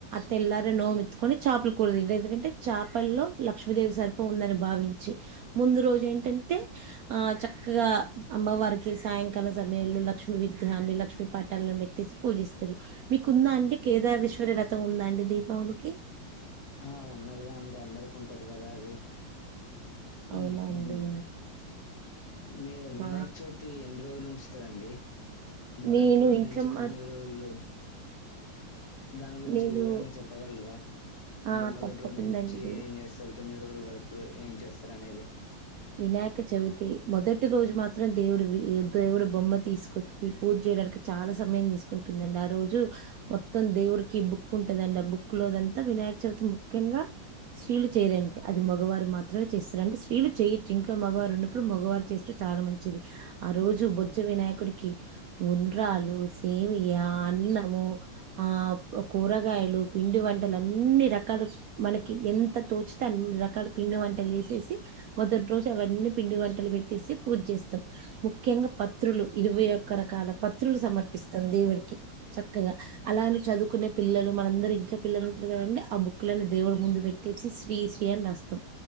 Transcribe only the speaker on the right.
తెల్లారే నోము ఎత్తుకొని చాపల కూర తింటారు ఎందుకంటే చాపల్లో లక్ష్మీదేవి సర్పం ఉందని భావించి ముందు రోజు ఏంటంటే ఆ చక్కగా అమ్మవారికి సాయంకాలం సమయంలో లక్ష్మి విగ్రహాన్ని లక్ష్మీ పటాలను పెట్టేసి పూజిస్తారు మీకు ఉందా అండి కేదారేశ్వర వ్రతం ఉందా అండి దీపావళికి
అవునండి
ఆ
నేను
ఇంట్లో
మా
నేను
ఆ
తప్పకుండా
అండి
వినాయక చవితి మొదటి రోజు మాత్రం దేవుడి వి దేవుడు బొమ్మ తీసుకొచ్చి పూజ చేయడానికి చాలా సమయం తీసుకుంటుందండి ఆ రోజు మొత్తం దేవుడికి బుక్ ఉంటదంట ఆ బుక్ లోదంతా వినాయక చవితి ముఖ్యంగా స్త్రీలు చేయరండి అది మగవారు మాత్రమే చేస్తారు అండి స్త్రీలు చేయ ఇంట్లో మగవారు ఉన్నప్పుడు మగవారు చేస్తే చాలా మంచిది ఆ రోజు బొజ్జ వినాయకుడికి ఉండ్రాలు, సేవియా, అన్నము ఆ కూరగాయలు, పిండి వంటలు అన్ని రకాలు మనకి ఎంత తోచితే అన్ని రకాల పిండి వంటలు చెసేసి మొదట్ రోజే అవన్నీ పిండి వంటలు పెట్టేసి పూజ చేస్తాం ముఖ్యంగా పత్రులు ఇరవై ఒక్క రకాల పత్రులు సమర్పిస్తాం దేవుడికి చక్కగా అలానే చదువుకునే పిల్లలు మనందరి ఇంట్లో పిల్లలు ఉంటారు కదండి ఆ బుక్ లని దేవుడు ముందు పెట్టేసి శ్రీ శ్రీ అని రాస్తాం